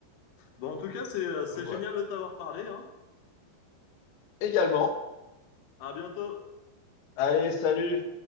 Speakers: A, on the left (about 80°); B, on the left (about 70°).
A: Bon, en tout cas, c'est euh, c'est
B: Donc, voilà.
A: génial de t'avoir parlé, hein.
B: Également.
A: À bientôt.
B: Allez, salut!